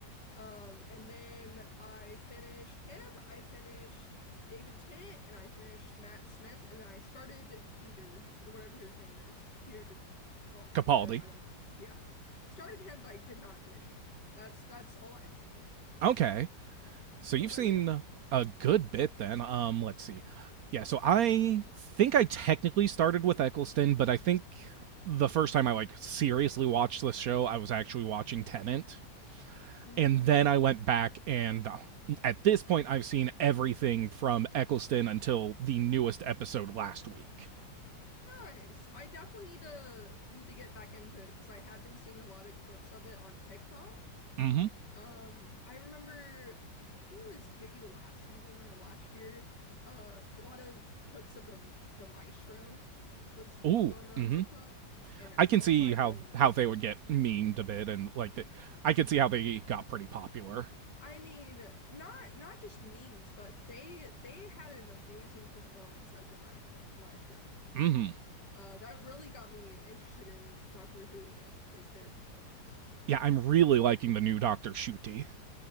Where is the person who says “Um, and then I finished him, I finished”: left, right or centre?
Left